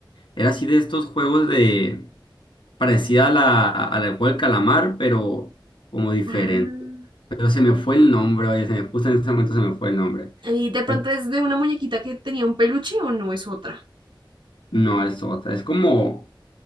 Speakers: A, on the left; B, on the right.
A: Era así de estos juegos de. Parecida a la, a la del juego del calamar, pero como diferente.
B: Ah,
A: Pero se me fue el nombre, oye, se me, puso en ese momento se me fue el nombre.
B: ¿y de pronto
A: Fue-
B: es de una muñequita que tenía un peluche o no es otra?
A: No, es otra. Es como